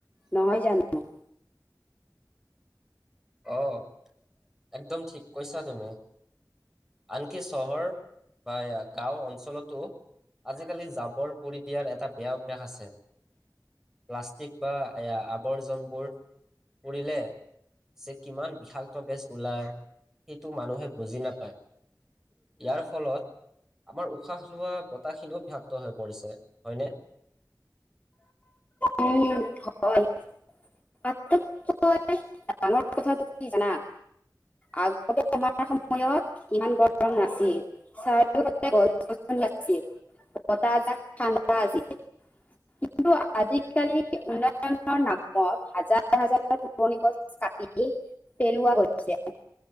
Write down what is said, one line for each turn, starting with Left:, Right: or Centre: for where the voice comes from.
Left: নহয় জানো।
Centre: অ' একদম ঠিক কৈছা তুমি। আনকি চহৰ বা গাঁও অঞ্চলতো আজিকালি জাবৰ পুৰি দিয়াৰ এটা বেয়া অভ্যাস আছে। প্লাষ্টিক বা আৱৰ্জনাবোৰ পুৰিলে যে কিমান বিষাক্ত গেছ ওলাই। সেইটো মানুহে বুজি নাপায়। ইয়াৰ ফলত আমাৰ উশাহ লোৱা বতাহখিনিও ভাক্ত হৈ পৰিছে হয়নে।
Left: উ হয় <unintelligible> হয়। আচল কথাটো কি জানা। আগতে তোমাৰ সময়ত ইমান গৰম নাছিল। চাৰ গছ গছনি লাগছিল বতাহ এজাক ঠাণ্ডা আছিল। কিন্তু আজিকালি উন্নয়নৰ নামত হাজাৰ হাজাৰ পুৰণি গছ কাটি দি পেলোৱা হৈছে।